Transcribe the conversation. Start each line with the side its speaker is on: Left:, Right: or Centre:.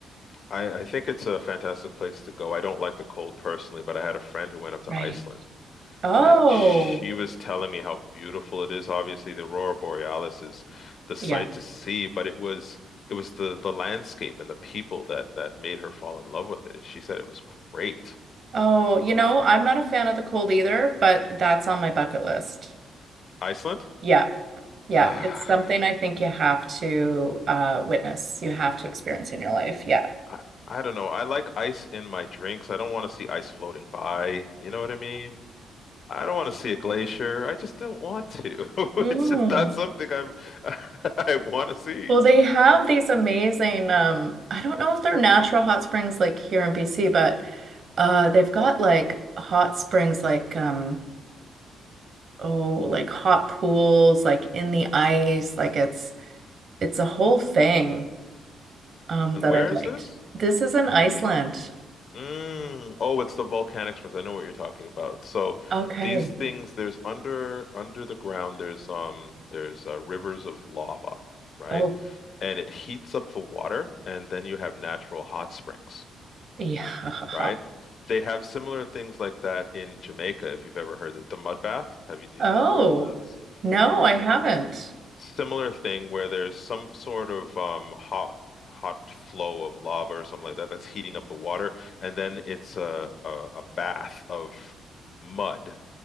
Left: I, I think it's a fantastic place to go. I don't like the cold personally, but I had a friend who went up to
Right: right.
Left: Iceland
Right: Oh,
Left: and she was telling me how beautiful it is. Obviously, the Aurora Borealis is the sight
Right: yeah.
Left: to see, but it was it was the the landscape and the people that that made her fall in love with it. She said it was great.
Right: Oh, you know, I'm not a fan of the cold either, but that's on my bucket list.
Left: Iceland?
Right: Yeah, yeah.
Left: <sighs> Ah,
Right: It's something I think you have to uh, witness, you have to experience in your life. Yeah.
Left: I, I don't know. I like ice in my drinks. I don't want to see ice floating by. You know what I mean? I don't want to see a glacier. I just don't want to. <laughs>
Right: Mm.
Left: It's just not something I'm <laughs> I want to see.
Right: Well, they have these amazing, um, I don't know if they're natural hot springs like here in BC, but uh, they've got like hot springs like um oh, like hot pools like in the ice, like it's it's a whole thing um
Left: And
Right: that
Left: where
Right: I'd
Left: is
Right: liked.
Left: this?
Right: This is in Iceland.
Left: Mm. Oh, it's the volcanic springs. I know what you're talking about. So
Right: Okay.
Left: these things, there's under under the ground, there's um there's uh, rivers of lava, right?
Right: Oh,
Left: And it heats up the water, and then you have natural hot springs,
Right: yeah.
Left: right?
Right: <laughs>
Left: They have similar things like that in Jamaica, if you've ever heard it. The mud bath. Have you, do
Right: Oh,
Left: you know the mud baths?
Right: no, I haven't.
Left: similar thing where there's some sort of um, hot hot flow of lava or something like that that's heating up the water, and then it's a a, a bath of mud,